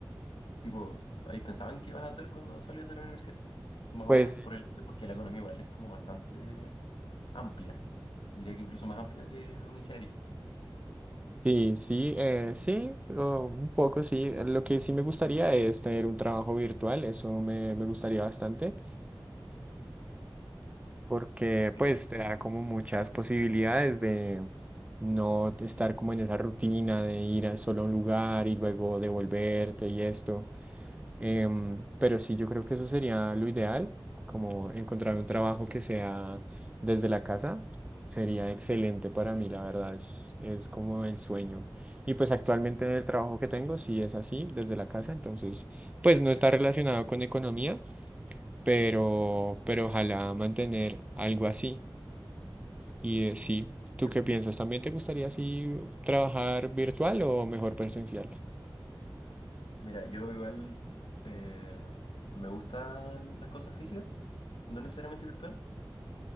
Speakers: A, on the left; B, on the right.
A: tipo, ahí pensaban qué ibas a hacer cuando salías de la universidad, más
B: Pues
A: o menos por el, porque la economía igual es como bastante amplia, diría que incluso más amplia que una ingeniería.
B: Sí, sí, eh, sí, o un poco sí. Eh, Lo que sí me gustaría es tener un trabajo virtual, eso me, me gustaría bastante, porque
A: Claro,
B: pues te da como muchas posibilidades de no estar como en esa rutina de ir a solo a un lugar y luego devolverte y esto. Em, pero sí, yo creo que eso sería lo ideal, como encontrar un trabajo que sea desde la casa, sería excelente para mí, la verdad, es, es como el sueño. Y pues actualmente en el trabajo que tengo, sí es así, desde la casa, entonces, pues no está
A: sí,
B: relacionado con economía, pero, pero ojalá mantener algo así. Y eh, sí,
A: entiendo.
B: ¿tú qué piensas? ¿También te gustaría así trabajar virtual o mejor presencial?
A: Mira, yo igual eh, me gustan las cosas físicas, no necesariamente virtual,